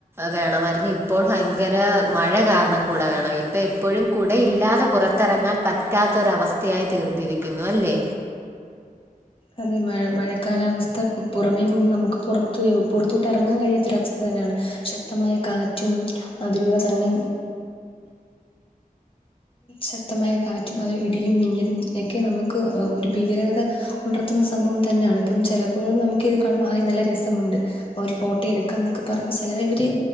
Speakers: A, on the right; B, on the left.
A: വേണമായിരുന്നു ഇപ്പോൾ ഭയങ്കര മഴ കാരണം കൂട വേണം ഇപ്പ എപ്പോഴും കുടയില്ലാതെ പുറത്തിറങ്ങാൻ പറ്റാത്തൊരവസ്ഥയായി തീർന്നിരിക്കുന്നു അല്ലേ
B: അതെ മഴ മഴക്കാലാവസ്ഥ പുറമേ നിന്ന് നമുക്ക് പുറ പുറത്തോട്ട് ഇറങ്ങാൻ കഴിയാത്തൊരവസ്ഥ തന്നെയാണ് ശക്തമായ കാറ്റും അതിലൂടെ തന്നെ ശക്തമായ കാറ്റും അത് ഇടിയും മിന്നിലും ക്കെ നമുക്ക് ഒരു ഭീകരത ഉണർത്തുന്ന സംഭവം തന്നെയാണ് ഇപ്പം ചില ഇപ്പോഴും നമുക്ക് ഇത് കാണുമ്പോൾ ഹായ് നല്ല രസമുണ്ട് ഒരു ഫോട്ടോ എടുക്കാം എന്നൊക്കെ പറഞ്ഞ് ചിലവര്